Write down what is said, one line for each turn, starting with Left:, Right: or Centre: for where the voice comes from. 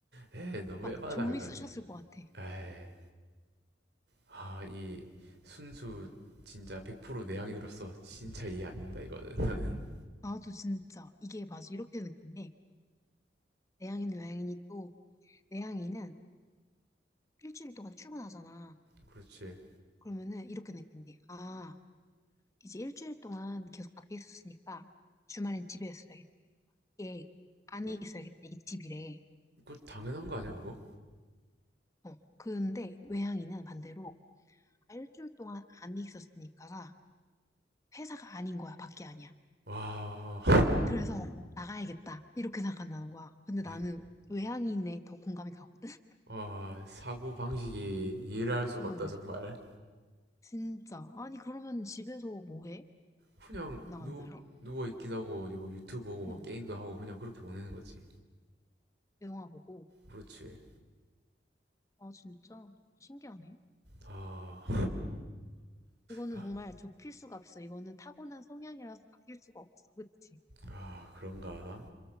Right: 에이 너무
Left: 막
Right: 해봐다
Left: 조미
Right: 그거는.
Left: 쑤셨을 것 같아.
Right: 에이 아, 이 순수 진짜 100% 내향인으로서 진짜 이해 안 된다 이거는 <laughs> 나는.
Left: 나도 진짜 이게 맞아. 이렇게 느낀 게 내향인, 외향인이 또 내향인은 일주일 동안 출근하잖아.
Right: 그렇지.
Left: 그러면은 이렇게 느낀대. 아, 이제 일주일 동안 계속 밖에 있었으니까 주말엔 집에 있어야겠다. 이게 안에
Right: 어,
Left: 있어야겠다. 이게 집이래.
Right: 그 당연한 거 아니야 그거?
Left: 어. 근데 외향인은 반대로 아, 일주일 동안 안에 있었으니까가 회사가 아닌 거야. 밖에 아니야.
Right: 와,
Left: 그래서 나가야겠다. 이렇게 생각한다는 거야.
Right: <laughs>
Left: 근데
Right: 이,
Left: 나는 외향인에 더 공감이 가거든. <laughs>
Right: 와 사고 방식이 이해를 할 수가
Left: 어.
Right: 없다 정말.
Left: 진짜. 아니, 그러면 집에서 뭐 해?
Right: 그냥
Left: 나가는
Right: 누
Left: 날에?
Right: 누워 있기도 하고 뭐 유튜브 보고 뭐
Left: 응.
Right: 게임도 하고 그냥 그렇게 보내는 거지.
Left: 영화 보고.
Right: 그렇지.
Left: 아, 진짜 신기하네.
Right: 아,
Left: 이거는
Right: 아,
Left: 정말 좁힐 수가 없어. 이거는 타고난 성향이라서 바뀔 수가 없어. 그치?
Right: 아, 그런가?